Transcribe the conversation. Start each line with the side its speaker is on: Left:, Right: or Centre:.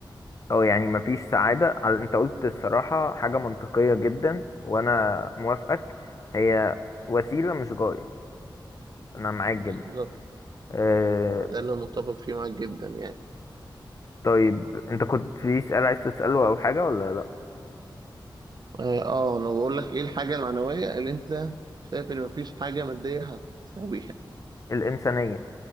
Left: او يعني مفيش سعادة على- انت قلت الصراحة حاجة منطقية جدا وانا موافقك هي وسيلة مش غاية انا معاك
Right: بالظبط
Left: جدا أه
Right: انا ده اللي متفق فيه معاك جدا يعني
Left: طيب انت كنت في سؤال عايز تسأله او حاجة ولا لا
Right: اه آه، انا بقول لك ايه الحاجة المعنوية اللي انت شايف ان مفيش حاجة مادية هتساويها
Left: الانسانية